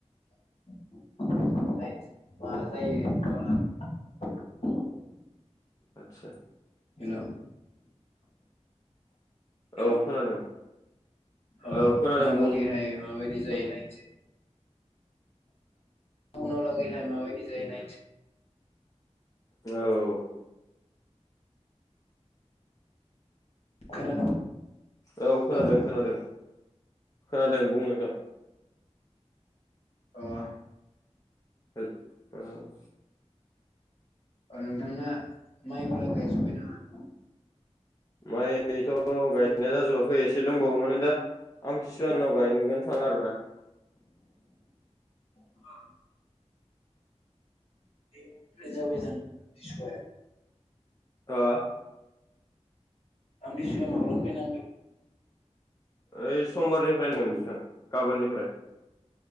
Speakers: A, on the left (about 55°); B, on the left (about 30°).
A: <unintelligible>
B: आदसा
A: हेलौ हेलौ
B: औ खोनादों
A: ओ
B: औ खोनादों
A: उनाव
B: बुं
A: लागैहाय माबायदि
B: नोंथां
A: जायो नायनोसै। उनाव लागैहाय माबायदि जायो नायसै।
B: औ
A: खोनादों
B: औ
A: हेलौ
B: खोनादों खोनादों खोनादों बुं नोंथां।
A: अह
B: हेलौ ओ
A: ओ नोंथांना माइफोरा गायजुबबाय नामा?
B: माइथ' गायनाया जाजोबा बै एसे दंबावो माने दा आमथिसुवानि उनाव गायनांगोन। थांगार ना
A: औ <unintelligible> दोनै जाबाय दां आमथिसुवाया।
B: हा
A: आमथिसुवाया माब्लानिफ्राय नांगोन?
B: ओइ समबारनिफ्राय होनगोन नोंथां गाबोननिफ्राय